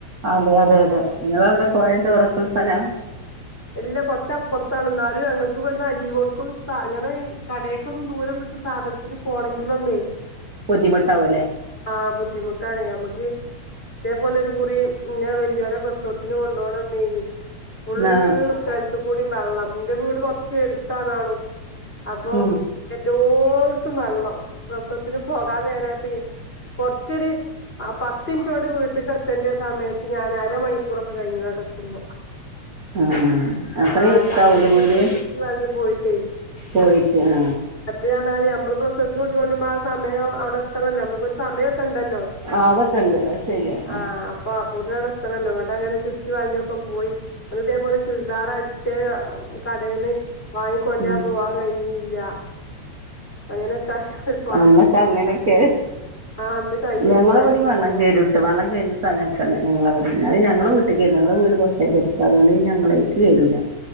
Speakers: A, on the right; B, on the left.
A: അതെ അതെ അതെ നിങ്ങളവിടെ പുഴയും തോടക്കെയുള്ള സ്ഥലാ?
B: ഇല്ല കൊറച്ചപ്പുറത്താണ് എന്നാലും ഞങ്ങൾക്ക് ഇവിടുന്ന് അരി കൊടുക്കും അങ്ങനെ കടയൊക്ക ഒന്നും ദൂരം വിട്ട് സാധനത്തിന് പോണെങ്കിലൊന്നേ?
A: ബുദ്ധിമുട്ടാവൂല്ലേ
B: ആ ബുദ്ധിമുട്ടാണ് ഞമ്മക്ക് തുപോലെ ഒരു കുറി ഇന്നെ വലി യോന പ്രസവത്തിന് കൊണ്ടു പോണം ഇനി ഫുള്ള്
A: ആ
B: സ്ഥലത്ത് കൂടി വെള്ളം എന്റെ വീട് കൊറച്ചു എടു ത്താനാണോ അപ്പം
A: ഉം
B: എല്ലോടത്തും വെള്ളം പ്രസവത്തിന് പോകാൻ നേര ആയപ്പ കൊറച്ചൊരു ആ പത്തിഞ്ചോട് വീട്ടിക്ക് എത്തേണ്ട സമയത്ത് ഞാൻ അരമണിക്കൂറൊക്കെ കഴിഞ്ഞ് ഇങ്ങോട് എത്തുമ്പം
A: ആ അത്രയും
B: ആ
A: എടുത്താവൂല്ലേ
B: അയിലിതിലൊക്കെ
A: വീട്
B: ചുറ്റിവളഞ്ഞ് പോയിട്ടേ
A: പോയിട്ട് ആ
B: <unintelligible> സമയം അവിടെ അത്രല്ല നമ്മുക്കൊരു സമയം ങ്ങല്ലോ
A: ആ അതൊക്കെ ഉണ്ട് അത് ശരിയാണ്
B: ആ അപ്പുതുകിടത്തണല്ലോ അങ്ങനെ ചുറ്റി വളഞ്ഞൊക്കെ പോയി അത് ഇതേപോലെ ചുരിദാറ അടിച്ച കടേന്ന് വാങ്ങിക്കൊണ്ട്
A: ഉം
B: പോവാൻ കഴിഞ്ഞില്ല അങ്ങനെയൊക്കെ ആയി ഒരുപാട്
A: അന്നൊക്കെ അങ്ങനൊക്കെ
B: ആ അന്ന് കഴിഞ്ഞു
A: ഞങ്ങളെടെ
B: പോയത്
A: പെരേവെള്ളംകേറു
B: പ്രസവം
A: കോട്ടേ വെള്ളം കേ സ്ഥല ഞങ്ങളവിടെ ഞങ്ങളെ വീട്ടിൽ ങ്ങളങ്ങള് വീട് കുറച്ചേക്ക എത്തതുകൊണ്ട് ഞങ്ങളേക്ക് കേറൂല